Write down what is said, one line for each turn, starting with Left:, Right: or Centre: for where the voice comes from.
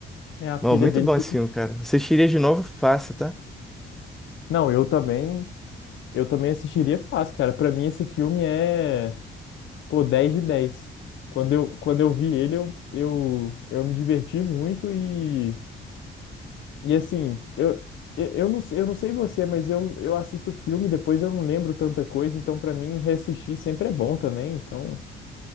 Left: É, a filha
Centre: Bom, muito
Left: dele
Centre: bom
Left: fica
Centre: esse filme, cara. Assistiria de novo fácil, tá?
Left: Não, eu também Eu também assistiria fácil, cara. Pra mim, esse filme é, pô, 10 de 10. Quando eu, quando eu vi ele, eu, eu, eu me diverti muito e, e assim, eu, eu, eu não, eu não sei você, mas eu, eu assisto filme, depois eu não lembro tanta coisa, então pra mim, reassistir sempre é bom também, então,